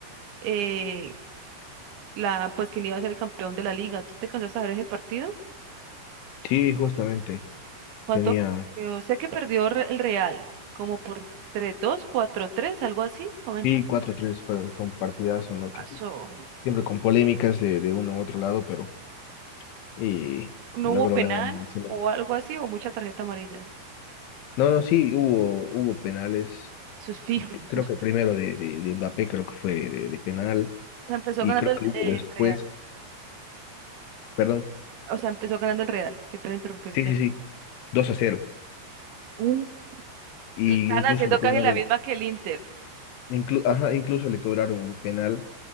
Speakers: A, on the right; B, on the left.
A: eh, la, pues quién iba a ser el campeón de la liga. ¿Tú te alcanzaste a ver ese partido?
B: sí, justamente
A: ¿Cuánto?
B: tenía,
A: quedó? sé que perdió re- el Real, como por 3 dos cuatro tres, algo así. Comenta.
B: sí, cuatro 3 fue, fue partidazo, ¿no? Que
A: Ah, so-
B: siempre con polémicas de, de uno u otro lado, pero y
A: No
B: logró
A: hubo penal
B: ganar el Barcelona.
A: o algo así, o mucha tarjeta amarilla.
B: No, no, sí, hubo, hubo penales.
A: Eso es fijo,
B: C-
A: eso
B: Creo
A: es
B: que
A: fijo.
B: el primero de, de, de Mbappé creo que fue de, de penal
A: O sea, empezó
B: y
A: ganando
B: creo
A: el,
B: que hubo
A: eh,
B: después,
A: el Real.
B: perdón,
A: O sea, empezó ganando el Real. Qué pena interrumpirte.
B: sí, sí, sí, 2 a cero.
A: Mm.
B: Y
A: Le están
B: incluso
A: haciendo
B: le cobraron,
A: casi la misma que el Inter.
B: inclu- ajá, incluso le cobraron un penal